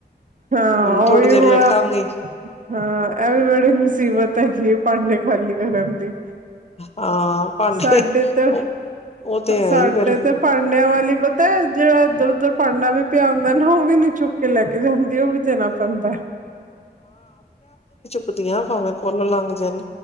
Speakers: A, on the right; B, on the left.
A: ਹਾਂ
B: ਹੁਣ
A: ਉਹੀ
B: ਥੋੜ੍ਹੀ ਦੇਰ
A: ਬੜਾ
B: ਲੇਟਾਂਗੀ
A: ਹਾਂ ਇਹ ਵੀ ਬੜੀ ਮੁਸੀਬਤ ਹੈਗੀ ਹੈ ਪਾਂਡੇ ਖਾਲੀ ਕਰਨ ਦੀ
B: ਹਾਂ ਭਾਂਡੇ
A: ਸਾਡੇ ਤਾਂ
B: ਉਹ ਉਹ ਤੇ ਹੈ
A: ਸਾਡੇ
B: ਹੀ ਫੇਰ
A: ਤੇ ਭਾਂਡਿਆਂ ਵਾਲੀ ਪਤਾ ਹੈ ਜਿਹੜਾ ਇੱਧਰ ਉਧਰ ਭਾਂਡਾ ਵੀ ਪਿਆ ਹੁੰਦਾ ਨਾ ਉਹ ਵੀ ਨੀ ਚੁੱਕ ਕੇ ਲੈ ਕੇ ਜਾਂਦੀ ਉਹ ਵੀ ਦੇਣਾ ਪੈਂਦਾ
B: ਕਦੀਆਂ ਭਾਵੇਂ ਕੋਲ ਲੰਘ ਜਾਂਣ